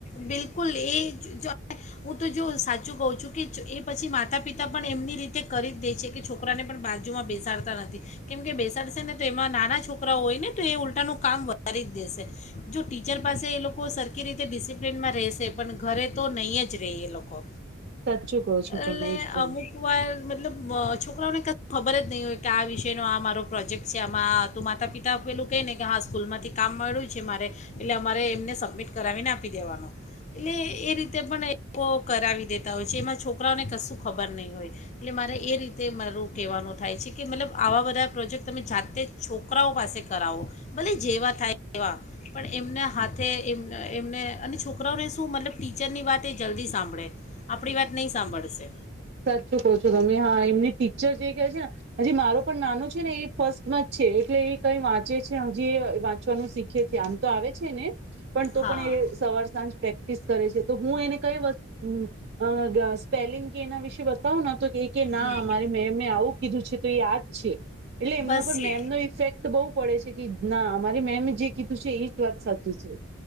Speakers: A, on the left; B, on the right.
A: માતા પિતા માટે જ આપે છે. બિલકુલ એ જો હું તો જો સાચું કહું છું કે એ પછી માતા પિતા પણ એમની રીતે કરી જ દે છે, કે છોકરાને પણ બાજુમાં બેસાડતા નથી કેમકે બેસાડશે ને તો એમાં નાના છોકરાઓ હોય ને, તો એ ઉલટાનું કામ વધારી જ દેશે. જો ટીચર પાસે એ લોકો સરખી રીતે ડિસિપ્લિનમાં રહેશે પણ ઘરે તો નહીં જ રહે એ લોકો.
B: સાચું કહો છો તમે
A: એટલે
B: એકદમ
A: અમુક વાર મતલબ અમ છોકરાઓને કય ખબર જ નય હોય કે, આ વિષય નો આ મારો પ્રોજેક્ટ છે, આમાં તો માતા પિતા પેલું કેય ને કે હા સ્કૂલ માંથી કામ મળ્યું છે. મારે એટલે અમારે એમને સબમિટ કરાવીને આપી દેવાનો એટલે એ રીતે પણ એ લોકો કરાવી દેતા હોય છે. એમાં છોકરાઓને કશું ખબર નહીં હોય એટલે મારે એ રીતે મારું કેવાનું થાય છે, કે મતલબ આવા બધા પ્રોજેક્ટ તમે જાતે છોકરાઓ પાસે કરાવો. ભલે જેવા થાય તેવા પણ એમના હાથે એમ એમને અને છોકરાઓને શું મતલબ ટીચરની વાત એ જલ્દી સાંભળે આપણી વાત નહીં સાંભળશે.
B: સાચું કહો છો તમે હા એમની ટીચર જે કહે છે ને હજી મારો પણ નાનો છે ને એ ફર્સ્ટ માં જ છે એટલે એ કઈ વાંચે છે, હજી વાંચવાનું શીખે છે. આમ તો આવે છે ને. પણ તો
A: હા
B: પણ એ સવાર સાંજ પ્રસ કરે છે. તો હું એને કઈ વસ્તુ ઉમ્મ અ‌ ગ સ્પેલિંગ એના વિશે બતાવું તો ના
A: હમ
B: મારી મેમે આવું કીધું છે. તો એ આજ છે. એટલે એમના
A: બસ
B: પર મેમનો
A: એ-
B: ઇફેક્ટ બહુ પડે છે. કે ના અમારી મેમે જે કીધું છે. એજ વાત સાચું છે.